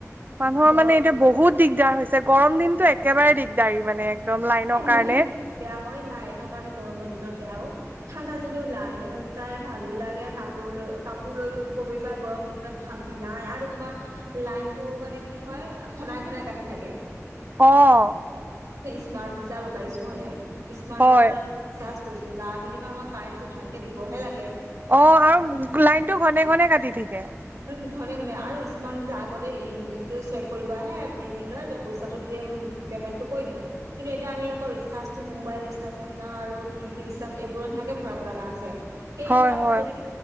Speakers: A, on the right (about 35°); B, on the right (about 85°).
A: মানুহৰ
B: গৰম
A: মানে এতিয়া বহুত। দিগদাৰ হৈছে গৰম দিনতটো একেবাৰে দিগদাৰী মানে একদম লাইনৰ
B: মই
A: কাৰণে
B: সেয়ে বেয়া পাওঁ এই লাইনৰ কাৰণে গৰমৰ দিনত বেয়া অওঁ। ঠাণ্ডা দিনো লাইনো নাযাই ভালো লাগে কাপোৰ লৈ কাপোৰ লৈয়ও শুব পাৰিবা গৰম দিনত খানা। নাই আৰু তোমাৰ লাইনতটো মানে কি হয় ঘনাই ঘনাই কাটি থাকে।
A: অঁ।
B: স্মাৰ্ট মিটাৰ লগাইছো হাননে স্মাৰ্ট
A: হয়
B: মিটাৰে ৰিচাৰ্চ। কৈছো তাৰ বিনিমত আমাৰ কাৰেণ্টটো ভালকে দিবহে লাগে।
A: অঁ আৰু লাইনতটো ঘনে ঘনে কাটি থাকে।
B: উম, ঘনে ঘনে আৰু ইচমাৰত মিটাৰ, আগতে ইওনিটটো চেক কৰিব আহে ৰিডিং লয় পইচাটো দিম। পেমেণ্টটো কৰি দিওঁ। কিন্তু এতিয়া আমি আকৌ ৰিচাৰ্জটো মোবাইল ৰিচাৰ্ৰ নিচিনা আৰু টিভি ৰিচাৰ্জ এইবোৰৰ নিচিনাকে ভৰাব লগা হৈছে। সেই
A: হয়
B: হিচাপ
A: হয়
B: যেনেকে